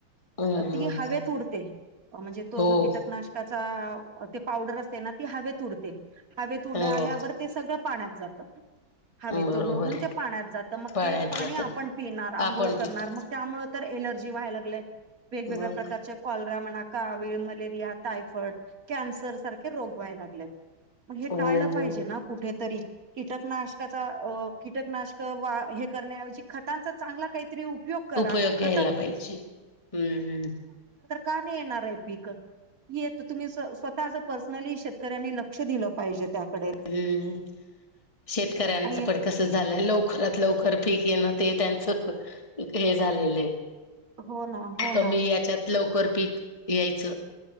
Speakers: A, on the left (about 15°); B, on the right (about 40°).
A: हम्म हम्म
B: ती
A: हम्म.
B: हवेत उडते म्हणजे तो
A: हो
B: जो कीटकनाश त्याचा ते पावडर असते ना ती हवेत उडते हवेत उड
A: हो
B: आल्यावर ते सगळं पाण्यात जातं हवेतून
A: बरोबर
B: उडून
A: आहे
B: ते पाण्यात जातं मग
A: पाण्यात
B: तेच पाणी
A: जातात.
B: आपण पिणार आंघोळ
A: आपण
B: करणार
A: पितो
B: मग त्यामु! तर एलर्जी व्हाय लागय वेगवेगळ्या
A: मग
B: प्रकारच्या कॉलरा म्हणा का वळ मलेरिया टायफॉइड कॅन्सर सारखे रोग व्हाय लागलेत. मग हे
A: हो
B: टाळलं
A: हो
B: पाहिजे ना कुठेतरी कीटकनाश कीटकनाशक वा हे करण्याऐवजी खतांचा चांगला काही. करा
A: उपयोग
B: ख
A: घ्यायला
B: ख
A: पाहिजे. हम्म
B: का नाही येणार आहे पीक. येत तुम्ही स्वतः असं पर्सनली शेतकऱ्यांनी लक्ष दिलं पाहिजे त्याकडे!
A: ह् शेतकऱ्यांच
B: आणि
A: पड कस झालंय लवकरात लवकर पीक येणं ते त्यांचं हे झालेलं आहे
B: हो ना हो
A: कमी
B: ना
A: याच्यात लवकर पीक यायचं